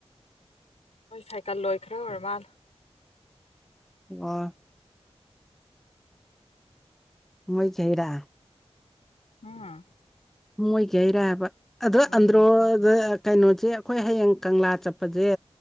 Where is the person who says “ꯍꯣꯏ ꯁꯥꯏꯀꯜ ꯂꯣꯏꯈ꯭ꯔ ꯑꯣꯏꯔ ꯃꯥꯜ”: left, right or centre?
Left